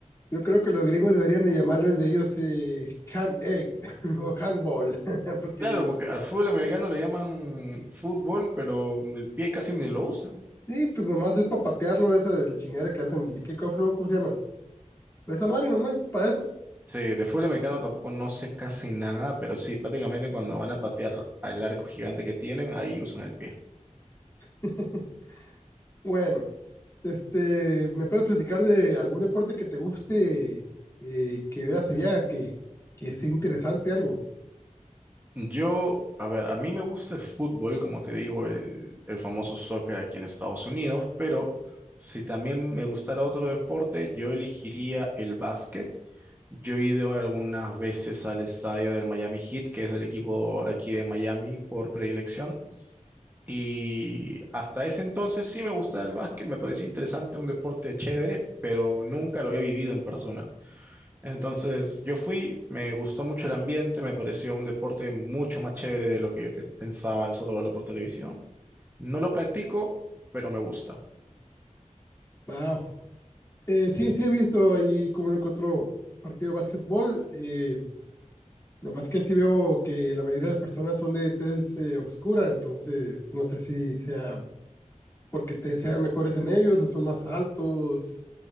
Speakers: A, on the left; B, on the right.
A: yo creo que los gringos deberían de llamarle el de ellos eh, hand egg <laughs> o handball, <laughs> porque
B: Claro,
A: pues,
B: porque al fútbol americano le llaman fútbol, pero el pie casi ni lo usan.
A: sí, pues nomás es para patearlo, esa de la chingadera que hacen el kickoff, ¿no? ¿Cómo se llama? Esa madre nomás, para eso.
B: Sí, de fútbol americano tampoco no sé casi nada, pero sí, prácticamente cuando van a patear al arco gigante que tienen, ahí usan el pie.
A: <laughs> Bueno. Este, ¿me puedes platicar de algún deporte que te guste, eh, que veas allá, que, que esté interesante algo?
B: Yo, a ver, a mí me gusta el fútbol, como te digo, el, el famoso soccer aquí en Estados Unidos, pero si también me gustara otro deporte, yo elegiría el básquet. Yo he ido algunas veces al estadio del Miami Heat, que es el equipo de aquí de Miami por predilección. Y hasta ese entonces sí me gustaba el básquet, me parecía interesante, un deporte chévere, pero nunca lo había vivido en persona. Entonces yo fui, me gustó mucho el ambiente, me pareció un deporte mucho más chévere de lo que yo pe- pensaba al solo verlo por televisión. No lo practico, pero me gusta.
A: Wow. Eh, sí, sí he visto ahí como uno que otro partido de básquetbol, eh, nomás que sí veo que la mayoría de las personas son de tez eh, oscura, entonces no sé si sea porque te sean mejores en ellos o son más altos.